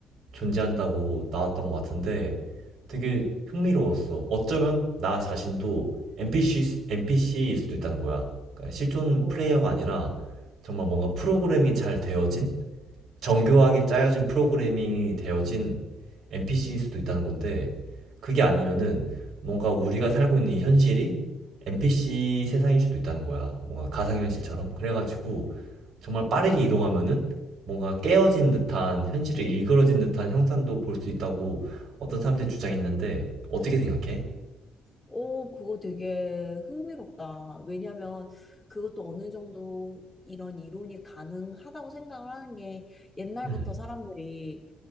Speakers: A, on the right; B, on the left.
A: 존재한다고 나왔던 것 같은데 되게 흥미로웠어. 어쩌면 나 자신도 NPC, NPC일 수도 있다는 거야. 그러니까 실존
B: 오,
A: 플레이어가 아니라 정말 뭔가 프로그램이 잘 되어진 정교하게 짜여진 프로그래밍이 되어진 NPC일 수도 있다는 건데 그게 아니면은 뭔가 우리가 살고 있는 이 현실이 NPC 세상일 수도 있다는 거야. 뭔가 가상현실처럼. 그래가지고
B: 어, 어.
A: 정말 빠르게 이동하면은 뭔가 깨어진 듯한 현실에 일그러진 듯한 형상도 볼 수 있다고 어떤 사람들이 주장했는데 어떻게 생각해?
B: 오, 그거 되게 흥미롭다. 왜냐면 그것도 어느 정도 이런 이론이 가능하다고 생각을 하는 게 옛날부터
A: 음.
B: 사람들이